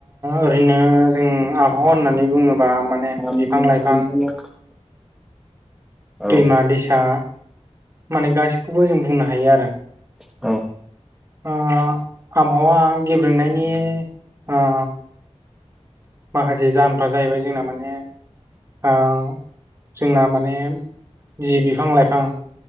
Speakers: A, on the right (about 25°); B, in the centre.
A: ओरैनो जों आबहावा होननानै बुङोबा माने
B: फोरमायगोन
A: बिफां लाइफां
B: औ
A: दैमा दैसा माने गासैखौबो जों बुंनो हायो आरो।
B: औ।
A: ओ आबहावा गेब्रोंनायनि ओ माखासे जाहोनफ्रा जाहैबाय जोंना माने ओ जोंना माने जि बिफां लाइफां